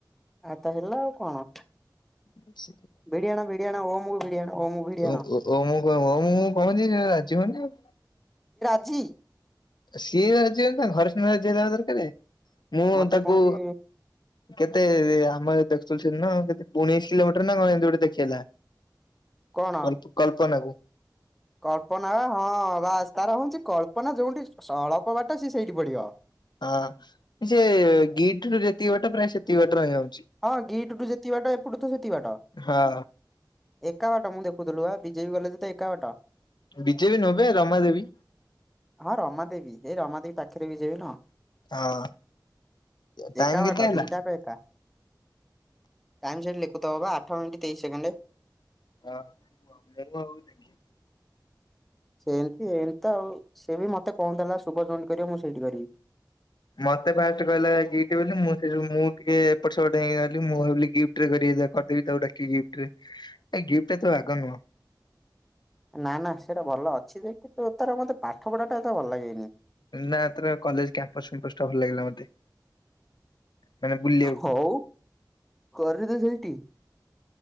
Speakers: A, in the centre; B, on the left.
A: ଆ ତ ହେଲା ଆଉ କଣ?
B: <unintelligible>
A: ଭିଡି ଆଣ ଭିଡି ଆଣ ଓମ କୁ ଭିଡି ଆଣ ଓମ କୁ ଭିଡି ଆଣ
B: ଓ ଓ ମୁଁ କ ମୁଁ କହୁନି ସେ ରାଜି ହଉନି ।
A: ପଜିି
B: ସିଏ ରାଜି ହେଲେ ତାଙ୍କ ଘର ସିନା ରାଜି ଦେବା ଦରକାର ମୁଁ
A: ମତେ
B: ତାକୁ
A: କହୁଛି
B: କେତେ ଆମର ଦେଖୁଥିଲୁ ସେ କେ ଉଣେଇଶ କିଲୋମିଟର ନା କଣ ଏମିତି ଗୋଟେ ଦେଖେଇଲା।
A: କଣ
B: ଅପ କଳପନାକୁୁ
A: କଳ୍ପନା ବା ହଁ ବାସ ତାର ହଉଚି କଳ୍ପନା ଯୋଉଠି ଅଳପ ବାଟ ସି ସେଇଠି ପଡିବ।
B: ହଁ ସେ ଗିଟ ରୁ ଯେତିକି ବାଟେ ପ୍ରାୟ ସେତିକ ବଟ ରହିବ।
A: ହଁ ଗିଟଠୁ ଯେତିକି ବାଟ ଏପଟୁ ତ ସେତିକି ବାଟ,
B: ହଁ
A: ଏକା ବାଟ ମୁଁ ଦେଖ କୁତଲୁ ବା ବିଜେବି କଲେଜ ତ ଏକା ବାଟ।
B: ବିଜେପି ନୁହେଁ ବେ ରମା ଦେବୀ
A: ହଁ ରମାଦେବୀ ଏଇ ରମାଦେବୀ ପାଖରେ ବିଜେବି ନା।
B: ହଁ। ଟାଇମ
A: ଏକା
B: କେତେ
A: ବାଟ
B: ହେଲା?
A: ଦିଇଟାକ ଏକା। ଟାଇମ ସେଟ୍ ଲେଖଥୁବ ପା ଆଠ ମିନିଟ ତେଇଶ ସେକେଣ୍ଡ।
B: ହଁ ହଉ <unintelligible>
A: ସେମତି ଏମିତି ତ ଆଉ ସେ ବି ମତେ କହୁଥିଲା ଶୁଭ ଯଉଠୀ କରିବ ମୁଁ ସେଇଠି କରିବି।
B: ମତେ ଫାଷ୍ଟ କହିଲା ଗିପ୍ଟ ବୋଲି ମୁଁ ସେ ମୁଁ ଟିକେ ଏପଟ ସେପଟେଇ ଗଲି ମୁଁ ଭାବି ଗିଫ୍ଟରେ କରି କରିଦେବି ତା ଡାକି ଗୀପ୍ଟ ରେ ଏ ଗିଫ୍ଟ ତ ଆଗ ନୁହଁ।
A: ନା ନା ସେଟା ଭଲ ଅଛି ଯେ କିନ୍ତୁ ତାର ମତେ ପାଠ ପଢା ଟା ଏତ ଭଲ ଲାଗେନି।
B: ନା ତାର କଲେଜ କ୍ୟାମ୍ପସ ଫମ୍ପସ ଟା ଭଲ ଲାଗିଲା ମତେ। ମାନେ ବୁଲିବାକୁ
A: ହଉ କରିଦେ ସେଇଟି।